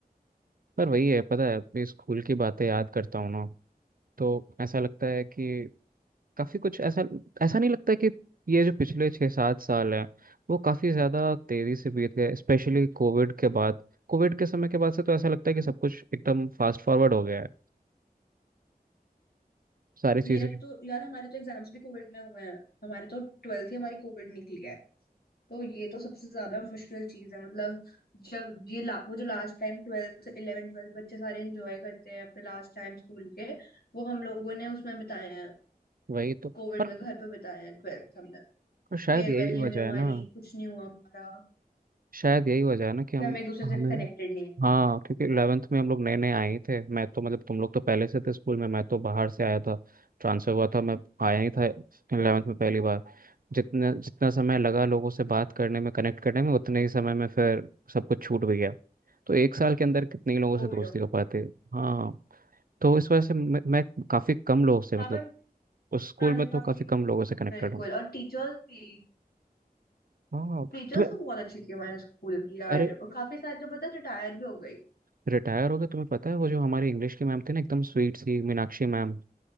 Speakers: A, on the right; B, on the left.
A: पर वही है पता है अपने स्कूल की बातें याद करता हूँ ना तो ऐसा लगता है कि काफी कुछ ऐसा ऐसा नहीं लगता कि ये जो पिछले छः सात साल हैं वो काफी ज्यादा तेजी से बीत गए स्पेशली कोविड के बाद कोविड के समय के बाद से तो ऐसा लगता है कि सब कुछ एकदम फास्ट फॉरवर्ड हो गया है सारी चीजें
B: मेरे तो यार हमारे तो एग्जाम्स भी कोविड में हुए हैं हमारे तो ट्वेल्थ ही हमारी कोविड निकली है तो ये तो सबसे ज्यादा मुश्किल चीज है मतलब जब ये ला, वो जो last time twelfth eleven twelfth बच्चे सारे एंजॉय करते हैं अपने लास्ट टाइम स्कूल के वो हम लोगों ने उसमें बिताए हैं
A: वही तो
B: कोविड
A: पर
B: में घर पे बिताए हैं ट्वेल्थ हमने
A: शायद
B: फेयरवेल
A: यही
B: नहीं
A: वजह
B: हुई हमारी
A: है ना
B: कुछ नहीं हुआ हमारा
A: शायद यही वजह है ना कि
B: कि
A: हम
B: हम एक दूसरे
A: हमें
B: से कनेक्टेड नहीं है
A: हाँ क्योंकि इलेवेंथ में हम लोग नए नए आए ही थे मैं तो मतलब तुम लोग तो पहले से थे स्कूल में मैं तो बाहर से आया था ट्रांसफर हुआ था मैं आया ही था इलेवेंथ में पहली बार जितने जितना समय लगा लोगों से बात करने में कनेक्ट करने में उतने ही समय में फिर सब कुछ छूट भी गया तो एक साल के अंदर कितने ही लोगों
B: कोविड
A: से दोस्ती
B: हो गया
A: हो पाते हाँ तो इस वजह से मैं, मैं काफ़ी कम लोगों से
B: हाँ
A: मतलब
B: पर
A: उस
B: पुराने
A: स्कूल में
B: काफी
A: तो काफ़ी कम लोगों से कनेक्टेड
B: बिल्कुल
A: हूँ
B: और टीचर्स भी
A: हाँ
B: टीचर्स
A: तुम्हें
B: तो बहुत अच्छी थी हमारे स्कूल की यार
A: अरे
B: और काफी सारी तो पता रिटायर भी हो गई
A: रिटायर हो गए तुम्हें पता है वो जो हमारी इंग्लिश की मैम थी ना एकदम स्वीट सी मीनाक्षी मैम